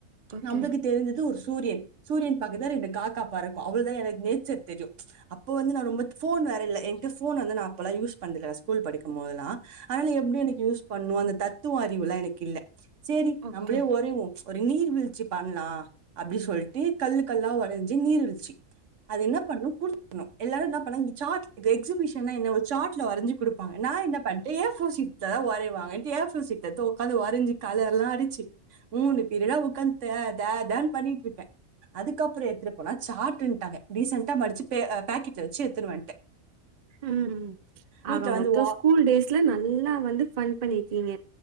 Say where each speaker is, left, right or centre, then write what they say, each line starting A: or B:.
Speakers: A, on the right (about 45°); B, on the right (about 65°).
A: ஓகே
B: நம்மளுக்கு தெரிஞ்சது ஒரு சூ சூரியன் சூரியன் பக்கத்ல ரெண்டு காக்கா பறக்கு அவளோதா எனக் நேச்சர் தெரியு அப்போ வந்து நா ரொம்ப ஃபோன் வேற இல்ல என்ட்ட ஃபோன் வந்து நா அப்பல்லா யூஸ் பண்ணதில்ல ஸ்கூல் படிக்கும்போதெல்லா ஆனாலு எப்டி எனக்கு யூஸ் பண்ணு அந்த தத்துவ அறிவுலா எனக்கு இல்ல சேரி
A: ஓகே
B: நம்பளே வொரையுவோ ஒரு நீர்வீழ்ச்சி பண்லா அப்டி சொல்ட்டு கல்லு கல்லா ஒடஞ்சி நீர்வீழ்ச்சி அது என்ன பண்ணு குடுக்குனு எல்லாரு என்ன பண்ணாங்க சார்ட் இப்ப எக்ஸிபிஷன்னா என்ன ஒரு சார்ட்ல வரைஞ்சி குடுப் பாங்க நா என்ன பண்ட்ட ஏ ஃபோர் ஷீட் லதா வரைவாங்கன்ட்டு ஏ ஃபோர் சீட்ட எடுத்து உக்காந்து வரைஞ்சு கலர்லா அடிச்சு மூணு பீரியடா உக்காந்து தே தே தேன் பண்ணிட்ருக்க அதுக்கப்புறோ எடுத்துட்டு போனா சாட்டுன்ட்டாங்க டீசன்ட்டா மடிச்சு பேக்கெட்ல வச்சு எடுத்துன்னு வந்துட்டேன்
A: ம்
B: வீட்டுல
A: ஆக
B: வந்து
A: மொத்த
B: வா
A: ஸ்கூல் டேஸ்ல நல்லா வந்து ஃபன் பண்ணிருக்கிங்க